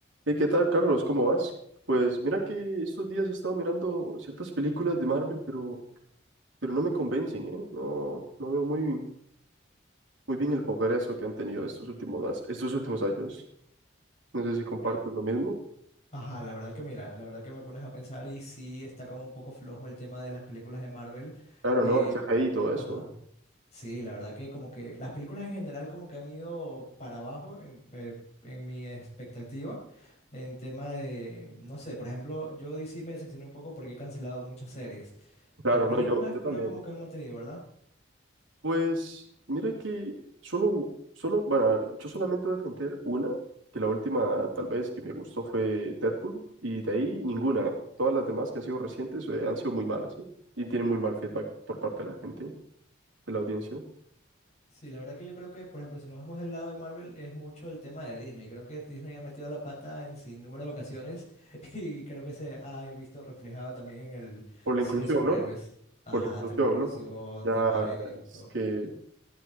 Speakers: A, on the right; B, on the left.
A: Hey, ¿qué tal, Carlos? ¿Cómo vas? Pues mira que estos días he estado mirando ciertas películas de Marvel, pero, pero no me convencen, ¿eh? No, no veo muy, muy bien el progreso que han tenido estos últimos, as- estos últimos años. No sé si compartes
B: Mira,
A: lo mismo.
B: Ajá, la verdad que mira, la verdad que me pones a pensar y sí está como un poco flojo el tema de las películas de Marvel.
A: Claro,
B: Eh,
A: no, el CGI y todo eso.
B: ajá, sí, la verdad que como que las películas en general como que han ido para abajo en, eh, en mi expectativa en tema de, no sé, por ejemplo, yo DC me decepcioné un poco porque he cancelado muchas series.
A: Claro,
B: En películas
A: no, yo, yo
B: creo
A: también.
B: como que han mantenido, ¿verdad?
A: Pues mira que solo, solo, bueno, a ver, yo solamente voy a defender una, que la última tal vez que me gustó fue Deadpool, y de ahí ninguna, ¿eh? Todas las demás que han sido recientes eh, han sido muy malas, ¿sí? Y tienen muy mal feedback por parte de la gente, de la audiencia.
B: Sí, la verdad que yo creo que, por ejemplo, si nos vamos del lado de Marvel, es mucho el tema de Disney. Creo que Disney ha metido la pata en sin número de ocasiones <laughs> y creo que se ha visto reflejado también en el
A: Por la
B: cine
A: inclusión,
B: de superhéroes.
A: ¿no?
B: Ajá,
A: Por la inclusión,
B: tema inclusión,
A: ¿no? Ya,
B: tema esto.
A: ya, es que,